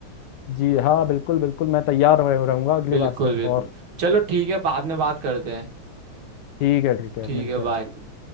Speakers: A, on the left; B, on the right.
A: जी हाँ बिल्कुल बिल्कुल मैं तैयार रह- रहूंगा अगली
B: बिल्कुल
A: बार से
B: बिल्कुल
A: और
B: चलो ठीक है बाद में बात करते हैं
A: ठीक है ठीक है
B: ठीक
A: मिलते
B: है
A: हैं
B: बाय